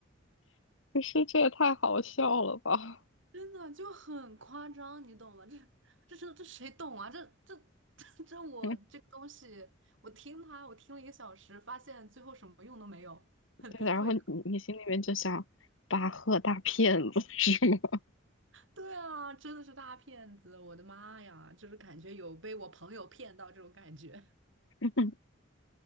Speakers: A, on the left; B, on the right.
A: 不是这也太好笑了吧？
B: 真的就很夸张，你懂吗？这这这这谁懂啊？这这 <laughs> 这这我这个东西，
A: <laughs> 嗯，
B: 我听它，我听了一个小时，发现最后什么用都没有，很崩溃的。
A: 对，然后你你心里面就想巴赫大骗子是吗？
B: <laughs> 对啊，真的是大骗子！我的妈呀，就是感觉有被我朋友骗到这种感觉，
A: <laughs>